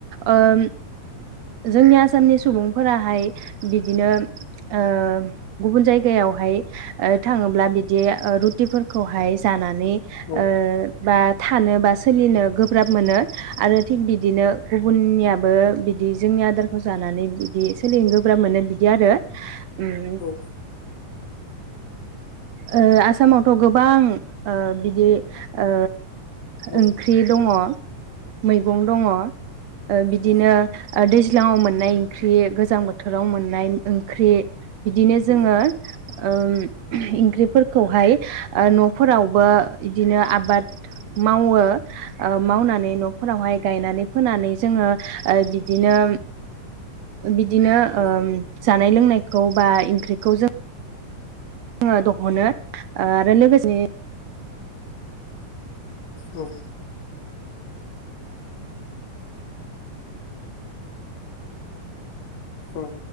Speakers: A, on the right (about 70°); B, on the left (about 80°).
A: ओम जोंनि आसामनि सुबुंफोराहाय बिदिनो ओ गुबुन जायगायावहाय ओ थाङोब्ला बिदि ओ रुटिफोरखौहाय जाना ने
B: औ
A: ओ बा थानो बा सोलिनो गोब्राब मोनो। आरो थिग बिदिनो गुबुननिया बो बिदि जोंनि आदारखौ जानानै बिदि सोलिनो गोब्राब मोनो बिदि आरो उम
B: औ
A: ओ आसामा थ गोबां ओ बिदि ओ
B: औ
A: ओंख्रि दङ। मैगं दङ ओ बिदिनो
B: नंगौ
A: ओ दै <unintelligible> मोननाय ओंख्रि गोजां बोथोराव मोननाय ओंख्रि। बिदिनो
B: औ
A: जोङो ओम इ ओंख्रिफोरखौहाय ओ न'फोरावबो इदिनो आबाद मावो। ओ मावनानै न'फोरावहाय गायनानै फोनानै जोङो ओ बिदिनो बिदिनो
B: औ
A: ओम
B: नंगौ
A: जानाय लोंनाय खौ बा इंख्रिखौ जों जोङो दहनो ओ आरो लोगोसे
B: औ औ